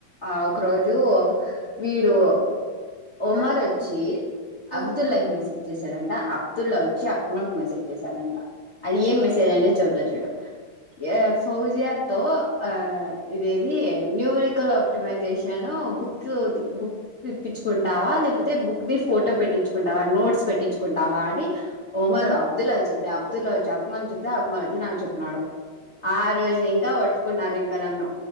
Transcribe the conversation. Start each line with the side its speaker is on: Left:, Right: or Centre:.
Left: ఆ ఒక రోజు వీడు ఒమర్ వచ్చి
Right: ఉమ్
Left: అబ్దుల్ లైఫ్ <unintelligible> చేశారంట అబ్దుల్లా వచ్చి అక్మల్కి మెసేజ్ చేశాడంట అది ఏ
Right: ఏం
Left: మెసేజ్ అనే చ చెప్త చుడు ఏ ఫౌజియా తో ఆ ఇదేది న్యూమరికల్ ఆప్టిమైజేషన్ బుక్ బు ఇప్పించుకుంటావ లేకపోతే బుక్ ది ఫోటో పెట్టించుకుంటావా నోట్స్ పెట్టించుకుంటావ అని ఒమరు
Right: ఉమ్
Left: అబ్దుల్ అవి చద్ద అబ్దుల్లావజీ అక్మ చుద్ద అక్కమాల్ నాకు చెప్న్నాడు ఆ రోజు నింక పట్టుకున్నారు ఇంకా నన్ను